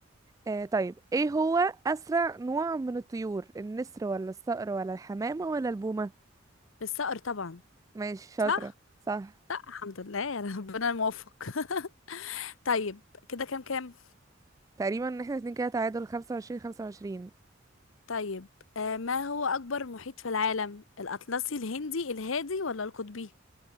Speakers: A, on the right; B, on the left.
A: آه طيب ايه هو اسرع نوع من الطيور النسر ولا الصقر ولا الحمامة ولا البومة
B: الصقر طبعا
A: ماشي شاطرة
B: صح
A: صح
B: لا الحمد لله يا ربنا الموفق <laughs> طيب كده كام كام
A: تقريبا ان احنا اتنين كده تعادل خمسة وعشرين خمسة وعشرين
B: طيب آه ما هو أكبر محيط في العالم الأطلسي الهندي الهادي ولا القطبي